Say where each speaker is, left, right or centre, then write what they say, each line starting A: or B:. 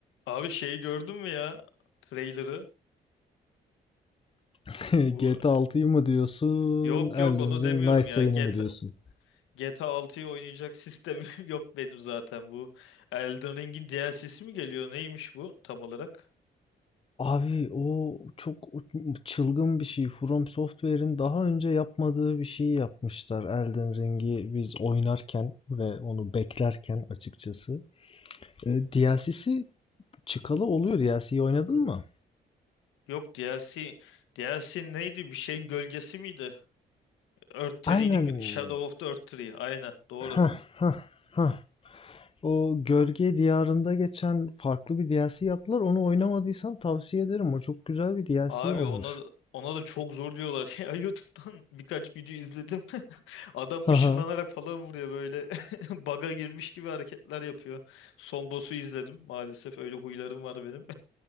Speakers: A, on the left; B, on the left.
A: Abi şeyi gördün mü ya? Trailer'ı.
B: <laughs>
A: Bu
B: GTA 6'yı mı diyorsun?
A: yok
B: Elden
A: yok onu
B: Ring
A: demiyorum
B: Night
A: ya.
B: Rain'i
A: GTA,
B: mi diyorsun?
A: GTA altıyı oynayacak sistemim <laughs> yok benim zaten bu. Elden Ring'in DLC'si mi geliyor? Neymiş bu tam olarak?
B: Abi o çok çılgın bir şey. From Software'in daha önce yapmadığı bir şeyi yapmışlar. Elden Ring'i biz oynarken ve onu beklerken açıkçası. E, DLC'si çıkalı oluyor. DLC'yi oynadın mı?
A: Yok DLC DLC neydi? Bir şeyin gölgesi miydi? Earth Tree'nin
B: Aynen.
A: gö- Shadow of the Earth Tree. Aynen doğru.
B: Hah hah hah. O Gölge Diyarı'nda geçen farklı bir DLC yaptılar. Onu oynamadıysan tavsiye ederim. O çok güzel bir DLC
A: Abi
B: olmuş.
A: ona ona da çok zor diyorlar. <laughs> Ya YouTube'dan birkaç video izledim. <laughs> Adam
B: Haha.
A: ışınlanarak falan vuruyor böyle. <laughs> Baga girmiş gibi hareketler yapıyor. Son boss'u izledim. Maalesef öyle huylarım var benim.